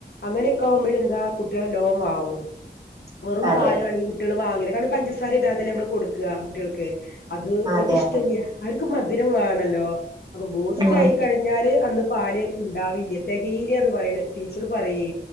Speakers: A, on the left (about 65°); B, on the right (about 25°).
A: അങ്ങനെയൊക്ക ആവുമ്പഴെന്താ കുട്ടികള് ല്ലോം വാങ്ങും വെറും
B: അതെ
A: പാല്
B: അതെ
A: ആണെങ്കിൽ കുട്ടികള് വാങ്ങില്ല രുപാട് പഞ്ചസാര ഇടാതെ അല്ലെ നമ്മള് കൊടുക്കുക കുട്ടികൾക്ക് അത്
B: അതെ
A: ഓർക്ക് ഇഷ്ടല്ല്യാ
B: അതെ
A: അവർ ക്ക് മധുരം വേണല്ലോ അപ്പൊ ബൂസ്റ്റ്‌
B: ഉം
A: ആയിക്കഴിഞ്ഞാല് അന്ന് പാല് ഇണ്ടാവില്ല തികയില്ല എന്ന് പറയണ് ടീച്ചർ പറയേ